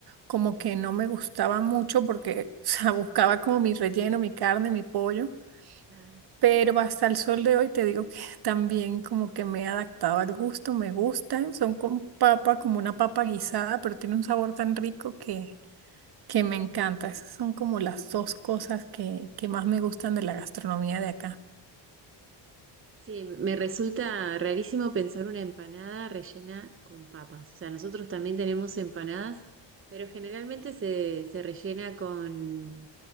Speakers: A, on the right; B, on the right.
A: como que no me gustaba mucho porque <laughs> o sea, buscaba como mi relleno, mi carne, mi pollo.
B: Claro.
A: Pero hasta el sol de hoy te digo que <laughs> también como que me he adaptado al gusto, me gustan, son con papa, como una papa guisada, pero tiene un sabor tan rico que, que me encanta. Esas son como las dos cosas que, que más me gustan de la gastronomía de acá. <laughs>
B: Sí, me resulta rarísimo pensar una empanada rellena con papas. O sea, nosotros también tenemos empanadas, pero generalmente se, se rellena con